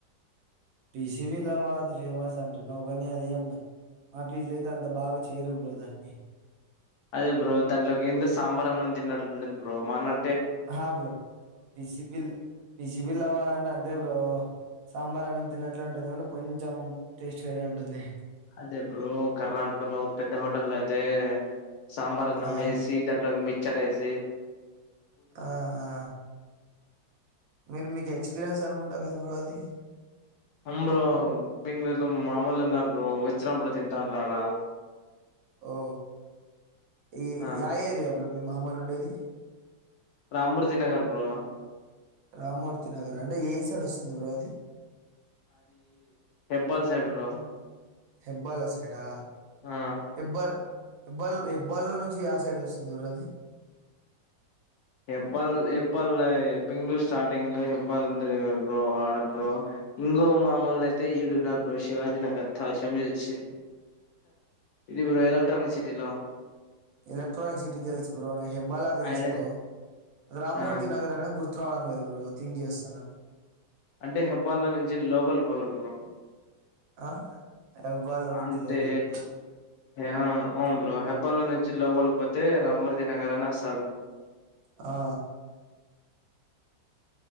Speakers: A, on the right; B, on the left.
A: పిసిబిలాబాద్ ఫేమస్ అంటునవు కని అది ఏం బ మాఫీజ్లో అయితే అంత బాగా చేయరు బ్రో దాన్ని
B: అదే బ్రో దాంట్లోకి ఎందు సాంబార్ అన్నం తిన్నట్ ఉంటుంది బ్రో మాన
A: హా బ్రో బీస్ బిల్ బీసి బిల్లవాద్ అంటె అ దే బ్రో సాంబార్ అన్న తిన్నట్లే ఉంటది కాని కొంచెం టేస్టువేరే ఉంటుంది
B: అదే బ్రో కర్ణాటకలో పెద్ద హోటల్లో అయితే సాంబార్ అన్నం
A: ఆ
B: వేసి దాంట్లో మిక్చర్ ఏసి
A: ఆ ఆ మీరు మీకు ఎక్స్పీరియన్స్ అనుకుంటా కదా బ్రో అది
B: అండ్ బింగ్బిల్లం మామూలున్నారు ఓచ్చినప్పుడు తింటా ఉంటారాడ
A: ఓ ఈ
B: ఆ
A: యా ఏరియా బ్రో మీ మామూల్ ఉండేది
B: రామ్రోజినగర్ బ్రో
A: రామ్మూర్తి నగర్ అంటే ఏ సైడ్ ఓస్తుంది బ్రో అది
B: హెబ్బల్ సైడ్ బ్రో
A: హెబ్బాల సైడా
B: ఆ
A: హెబ్బాల్ ఎబ్బాల్ ఎబ్బాల్లో నుంచి యా సైడ్ ఓస్తుంది బ్రో అది
B: ఎబ్బాళ్ ఎబ్బాళ్ బెంగళూరు స్టార్టింగ్ లో ఎబ్బాళ్ ఉంటది కదా బ్రో ఆడ బ్రో ఇంగో మామ్మోల్ అయితే ఇడున్నారు బ్రో శివాజీ నగర్ థాశమిషి ఇది బ్రో ఎలక్ట్రనిక్ సిటీలో
A: ఎలక్ట్రానిక్ సిటీ తెల్సు బ్రో నాక్ హెబ్బాల తెల్సు
B: ఐడ
A: బ్రో రామ్మూర్తి
B: ఆ
A: నాగరైనా గుర్తు త్రావడంలేదు బ్రో థింక్ చేస్తున్నాను
B: అంటే హబ్బాల్లో నుంచి లోబల్ పోవాలిబ్రో
A: ఆ హెబ్బాల్లో నుంచి
B: అంటే
A: లోపలికి
B: యం
A: పోవాలి
B: బ్రో హెబ్బల నుంచి లోబల్ పోతే రామురిదినగరణ ఓస్
A: ఆ ఆ